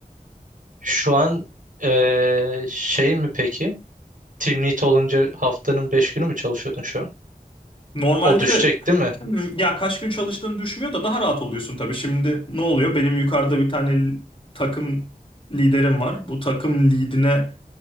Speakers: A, on the right; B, on the left.
A: Şu an e, şey mi peki? Team lead olunca haftanın 5 günü mü çalışıyordun şu an?
B: Normalde
A: O düşecek
B: de
A: değil mi?
B: ya kaç gün çalıştığını düşmüyor da daha rahat oluyorsun tabii. Şimdi ne oluyor? Benim yukarıda bir tane l- takım liderim var. Bu takım lidine